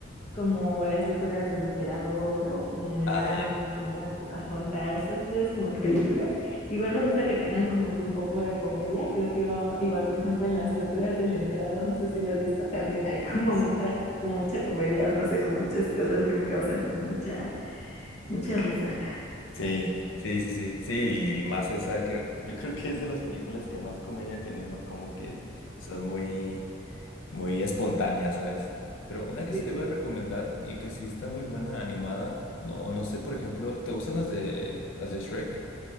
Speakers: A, on the left (about 35°); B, on the left (about 85°).
A: como Las locuras del emperador o como Mulan
B: Ah, ya.
A: o como Pocahontas, todas esas como que películas. Igual me gusta que tengan como que un poco de comedia, creo que va igual, por ejemplo, en Las locuras del emperador, no sé si lo has visto, también hay como mucha como mucha comedia o no sé, como muchas cosas que me causan como mucha mucha risa.
B: Sí, sí, sí, sí, sí, y más esa, creo- yo creo que es de las películas que más comedia tienen, ¿no? Como que son muy, muy espontáneas, ¿sabes? Pero una que
A: Sí.
B: sí te voy a recomendar y que sí está muy buena, animada, no, no sé, por ejemplo, ¿te gustan las de, las de Shrek?